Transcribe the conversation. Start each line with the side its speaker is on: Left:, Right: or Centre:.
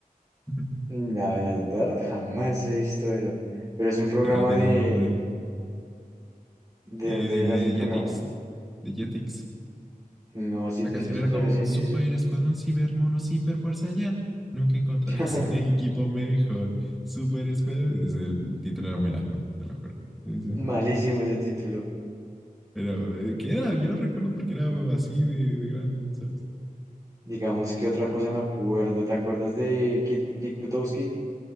Centre: <laughs>
Right: La verdad, jamás he visto eso. Pero es un programa
Centre: Pero tiene
Right: de...
Centre: un nombre.
Right: ¿De
Centre: Eh,
Right: dónde
Centre: de,
Right: era ese programa?
Centre: de Jetix. De Jetix.
Right: No, si
Centre: La
Right: te
Centre: canción
Right: soy sincero,
Centre: era como
Right: ese,
Centre: Super
Right: ese-
Centre: Escuadrón Ciber Mono Ciber Fuerza ya. Nunca encontrarás
Right: <laughs>
Centre: un equipo mejor. Super Escuadrón. Es- El título era muy largo, te lo juro. Sí, sí.
Right: malísimo ese título.
Centre: Pero, eh, ¿qué era? Yo lo recuerdo porque era así de, de grande, ¿sabes?
Right: Digamos que otra cosa me acuerdo. ¿Te acuerdas de Kid, Kick Butowski?